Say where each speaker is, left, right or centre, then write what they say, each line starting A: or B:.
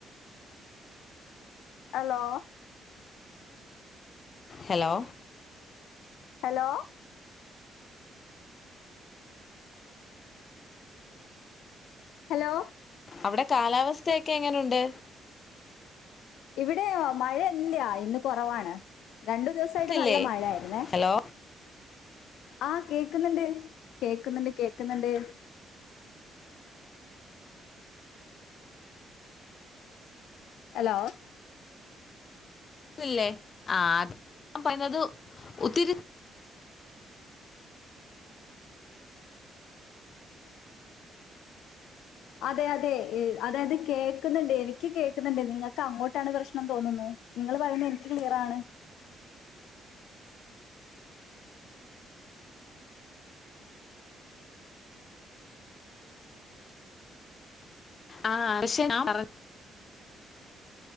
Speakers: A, on the left (about 85°); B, on the left (about 45°).
A: hello
B: hello
A: hello hello
B: അവിടെ കാലാവസ്ഥയൊക്കെ എങ്ങനുണ്ട്
A: ഇവിടെ മഴല്ല ഇന്ന് കൊറവാണ് രണ്ടു ദിവസായിട്ട്
B: ഇല്ലേ
A: നല്ല മഴ ആയിരുന്നേ
B: ഹലോ
A: ആ കേക്കുന്നുണ്ട് കേക്കുന്നുണ്ട് കേക്കുന്നുണ്ട് എലോ
B: ല്ലേ ആ അ ഞാൻ പറയുന്നത് ഒത്തിരി
A: അതെ അതെ അതായത് കേക്കുന്നുണ്ട് എനിക്ക് കേക്കുന്നുണ്ട് നിങ്ങൾക്ക് അങ്ങോട്ടാണ് പ്രശ്നം ന്നു തോന്നുന്നു നിങ്ങൾ പറയുന്നത് എനിക്ക് ക്ലിയറാണ്
B: ആഹ് അശ് ആഹ് പറ